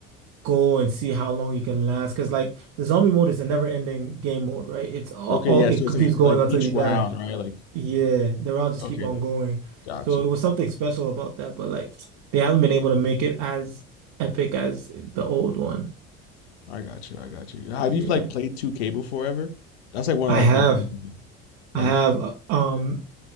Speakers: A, on the right; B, on the left.
A: go and see how long you can last. Because like the zombie mode is a never-ending game mode, right? It's all,
B: Okay,
A: all
B: yeah.
A: it
B: So it's like
A: keeps going
B: like
A: until
B: each
A: you die.
B: round, right? Like
A: Yeah, the rounds just
B: okay,
A: keep on
B: like
A: going.
B: gotcha.
A: So it was something special about that, but like they haven't been able to make it as epic as the old one.
B: I got you. I got you. Have
A: Yeah.
B: you like played 2K before ever? That's like one
A: I
B: of like
A: have
B: the games. Like
A: I have uh, um